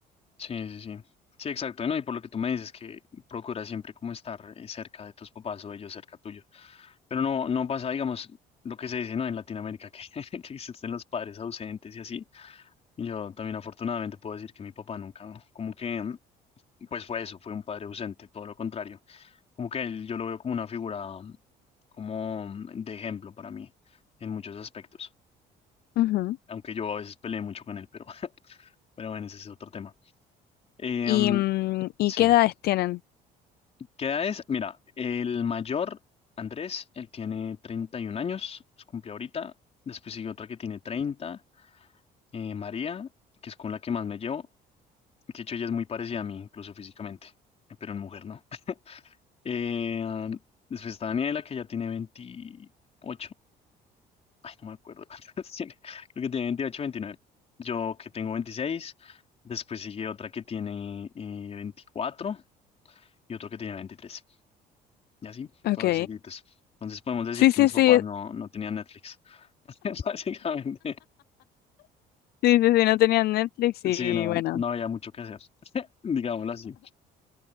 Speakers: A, on the left; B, on the left.
A: Sí, sí, sí. Sí, exacto. No, y por lo que tú me dices que procura siempre como estar eh, cerca de tus papás o ellos cerca tuyo. Pero no, no pasa, digamos, lo que se dice, ¿no? En Latinoamérica, que, <laughs> que existen los padres ausentes y así. Y yo también afortunadamente puedo decir que mi papá nunca, como que, mm, pues fue eso, fue un padre ausente, todo lo contrario. Como que él, yo lo veo como una figura, mm, como mm, de ejemplo para mí, en muchos aspectos.
B: Ujú.
A: Aunque yo a veces peleé mucho con él, pero, <laughs> pero bueno, ese es otro tema. Eh,
B: ¿Y,
A: mm,
B: mm, ¿y
A: sí.
B: qué edades tienen?
A: ¿Qué edad es? Mira, el mayor, Andrés, él tiene 31 años, los cumple ahorita. Después sigue otra que tiene 30, eh, María, que es con la que más me llevo, que de hecho ella es muy parecida a mí, incluso físicamente, eh, pero en mujer no. <laughs> Eh, después está Daniela, que ya tiene 28, ay, no me acuerdo cuántas <laughs> tiene, creo que tiene 28, 29. Yo que tengo 26. después sigue otra que tiene eh, 24 y otro que tiene 23. y así,
B: Ok.
A: todos seguidos. Entonces podemos decir
B: Sí,
A: que
B: sí,
A: mis
B: sí,
A: papás no, no tenían Netflix. <laughs> Básicamente,
B: sí, sí, sí, no tenían Netflix y
A: sí, no,
B: bueno,
A: no había mucho que hacer, digámoslo así.